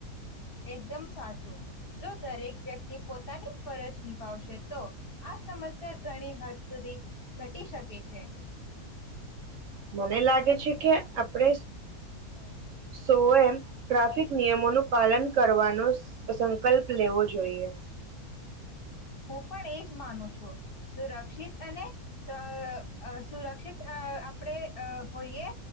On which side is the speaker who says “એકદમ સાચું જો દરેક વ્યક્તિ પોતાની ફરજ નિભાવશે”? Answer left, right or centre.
Left